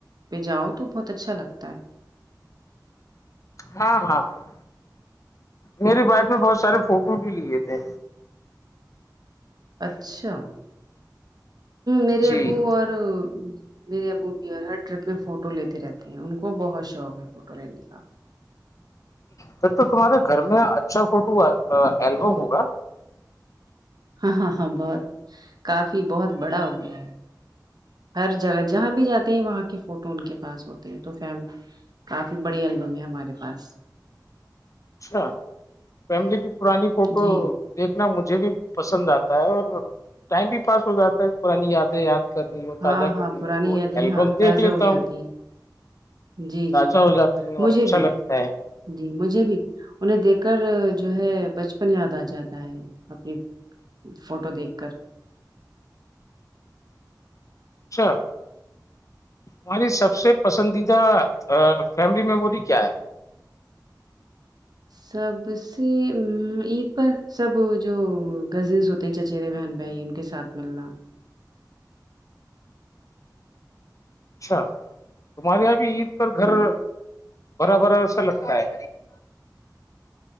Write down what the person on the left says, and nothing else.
ہاں ہاں ہاں میرے بیگ میں بہت سارے فوٹو بھی لیے تھے
جی
پھر تو تمہارے گھر میں اچھا فوٹو ا البم ہوگا
اچھا فیملی کی پرانی فوٹو
دیکھنا مجھے بھی پسند آتا ہے اور ٹائم بھی پاس ہو جاتا ہے پرانی یادیں یاد کرنی ہو
تازہ
کرنی
ہو تو
البم
دیکھ لیتا
ہوں
تازہ
ہو جاتی ہیں اور
اچھا
لگتا ہے
اچھا ہماری سب سے پسندیدہ ا فیملی میموری کیا ہے
اچھا تمہارے یہاں بھی عید پر گھر
بھرا بھرا سا لگتا ہے